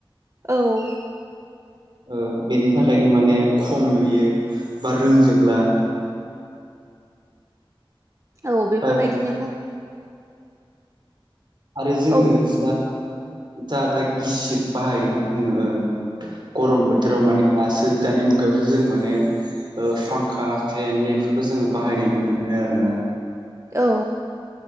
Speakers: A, on the right (about 30°); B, on the right (about 55°).
A: औ
B: ओ बेनि थाखायनो माने खम नुयो बा रोंजोबब्ला
A: औ बेफोरबायदिनो
B: ओ
A: बुं
B: आरो जोङो
A: औ बुं
B: जा जा दा गिसिब बाहायोना जोङो गरम बोथोराव माने दासो दानि मुगायावसो जों माने ओ फांखा फेन नैफोरखौ जोङो बाहायनाय नुनो मोनो आरोना
A: औ